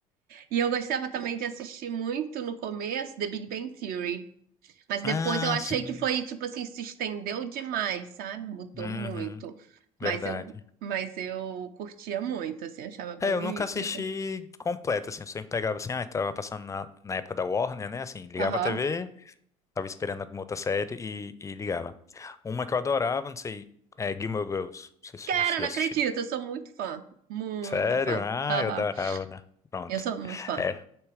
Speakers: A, on the right; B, on the left.
A: E eu gostava também de assistir muito no começo The Big Bang Theory. Mas depois
B: Ah,
A: eu achei
B: sim.
A: que foi, tipo assim, se estendeu demais, sabe? Mudou
B: Uhum,
A: muito. Mas
B: verdade.
A: eu, mas eu curtia muito, assim, achava bem
B: É, eu nunca
A: interessante.
B: assisti completo, assim, eu sempre pegava assim, ah, tava passando na, na época da Warner, né? Assim, ligava
A: Aham.
B: a TV. Tava esperando alguma outra série e, e ligava. Uma que eu adorava, não sei, é Gilmore Girls. Não sei se
A: Cara,
B: você
A: não
B: já assistiu.
A: acredito, eu sou muito fã. Muito
B: Sério?
A: fã.
B: Ah,
A: Aham.
B: eu adorava, né? Pronto.
A: Eu sou muito fã.
B: É,